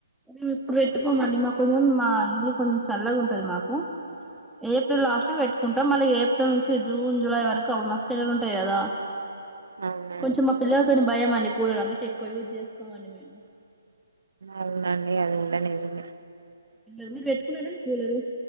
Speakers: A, in the centre; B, on the right (about 75°).
A: మేము ఇప్పుడు పెట్టుకోమండి మాకు కొంచెం మా ఇండ్లు కొంచెం చల్లగా ఉంటది మాకు. ఏప్రిల్ లాస్ట్ కు పెట్టుకుంటం మళ్ళీ ఏప్రిల్ నుంచి జూన్, జులై వరకు అప్పుడు మస్తు ఎండలు ఉంటయి కదా.
B: అవునండి
A: కొంచెం మా పిల్లలతోని భయం అండి కూలర్ అందుకే ఎక్కువ యూజ్ చేసుకోమండి మేము.
B: అవునండి అది కూడ నిజమే
A: ఆ పిల్లరు మీరు పెట్టుకున్నరండి కూలరు